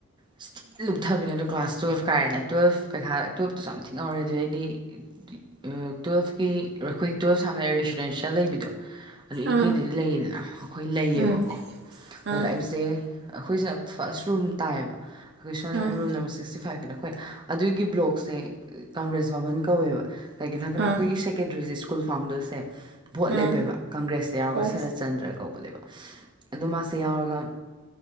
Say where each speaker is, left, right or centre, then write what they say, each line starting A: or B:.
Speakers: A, on the right; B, on the right.
A: ꯑꯁ ꯊꯤ ꯂꯨꯞꯊꯕꯤꯅꯦ ꯑꯗꯣ ꯀ꯭ꯂꯥꯁ ꯇꯨꯋꯦꯜꯞ ꯀꯥꯔꯦꯅ ꯇꯨꯋꯦꯜꯞ ꯄꯩꯈꯥꯗ ꯇꯨꯋꯞꯇꯁꯨ ꯌꯥꯝ ꯊꯤꯅ ꯉꯥꯎꯔꯛꯑꯦ ꯑꯗꯨꯗꯩꯗꯤ ꯑ ꯇꯨꯋꯜꯐꯀꯤ ꯑꯩꯈꯣꯏꯒꯤ ꯇꯨꯋꯜꯞ ꯁꯥꯉꯥꯏ ꯔꯦꯁꯤꯗꯦꯟꯁꯦꯜ ꯂꯩꯕꯤꯗꯣ ꯑꯗꯨ ꯏꯀꯦꯗꯗꯤ
B: ꯑꯥ
A: ꯂꯩꯌꯦꯗꯅ ꯑꯩꯈꯣꯏ ꯂꯩꯌꯦꯕꯀꯣ
B: ꯎꯝ
A: ꯑꯗꯨꯗ
B: ꯑꯥ
A: ꯑꯩꯁꯦ ꯑꯩꯈꯣꯏꯁꯦ ꯐꯥꯔꯁ ꯔꯨꯝ ꯇꯥꯏꯌꯦꯕ ꯑꯩꯈꯣꯏ ꯁꯣꯝ
B: ꯑꯥ
A: ꯔꯨꯝ ꯅꯝꯕꯔ ꯁꯤꯛꯁꯇꯤ ꯐꯥꯏꯚ ꯀꯤꯗꯣ ꯑꯩꯈꯣꯏ ꯑꯗꯨꯒꯤ ꯕ꯭ꯂꯣꯛꯁꯦ ꯀꯪꯒ꯭ꯔꯦꯁ ꯕꯥꯚꯟ ꯀꯧꯋꯦꯕ ꯀꯩꯒꯤꯅꯣ ꯍꯥꯏꯔꯀꯥꯟꯗ
B: ꯑꯥ
A: ꯑꯩꯈꯣꯏꯒꯤ ꯁꯦꯀꯦꯇꯔꯤꯁꯦ ꯁ꯭ꯀ ꯁ꯭ꯀꯨꯜ ꯐꯥꯎꯟꯗꯔꯁꯦ ꯚꯣꯠ ꯂꯦꯞꯄꯦꯕ
B: ꯑꯥ
A: ꯀꯪꯒ꯭ꯔꯦꯁꯇ ꯌꯥꯎꯔꯒ
B: ꯑꯣ
A: ꯁꯔꯠꯆꯟꯗ꯭ꯔ ꯀꯧꯕꯅꯦꯕ ꯑꯗꯣ ꯃꯥꯁꯦ ꯌꯥꯎꯔꯒ